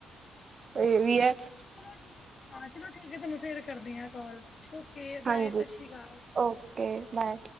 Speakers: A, on the right; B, on the left.
A: <unintelligible>
B: ਚਲੋ ਠੀਕ, ਹਾਂ ਚਲੋ ਠੀਕ ਆ, ਤੁਹਾਨੂੰ ਫੇਰ ਕਰਦੀ ਆ ਕੌਲ, ਓਕੇ
A: ਹਾਂਜੀ
B: ਬਾਏ, ਸਛੀਕਾਲ।
A: Okay, bye.